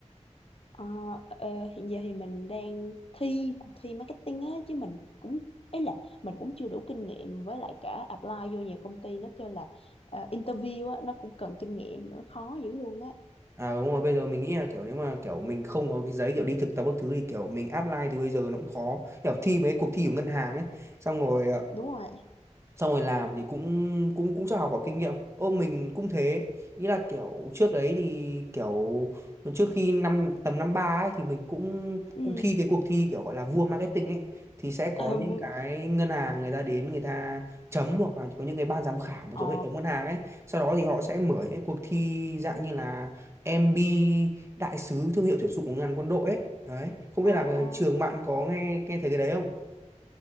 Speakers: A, on the left; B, on the right.
A: Ờ, ờ, hiện giờ thì mình đang thi cuộc thi marketing á chứ mình cũng ấy là mình cũng chưa đủ kinh nghiệm với lại cả apply vô nhiều công ty nó kêu là ờ, interview á nó cũng cần kinh nghiệm nữa khó dữ luôn á
B: À đúng rồi, bây giờ mình nghĩ là kiểu nếu mà kiểu mình không có cái giấy kiểu đi thực tập các thứ thì kiểu mình apply từ bây giờ nó cũng khó. Kiểu thi mấy cuộc thi của ngân hàng ấy, xong rồi
A: đúng rồi
B: xong rồi làm thì cũng cũng cũng cho học hỏi kinh nghiệm ô mình cũng thế ý là kiểu trước đấy thì kiểu trước khi năm tầm năm ba ấy thì mình cũng
A: ừ
B: cũng thi cái cuộc thi kiểu gọi là vua marketing ấy thì sẽ có
A: ờ
B: những
A: vui
B: cái ngân hàng người ta đến người ta chấm hoặc là có những cái ban giám khảo mà
A: ờ
B: thuộc hệ thống ngân hàng ấy sau đó thì họ sẽ mở những cái cuộc thi dạng như là MB đại sứ thương hiệu tuyển dụng của ngân hàng quân đội ấy đấy không
A: à
B: biết là cái
A: à
B: trường bạn có nghe nghe thấy cái đấy không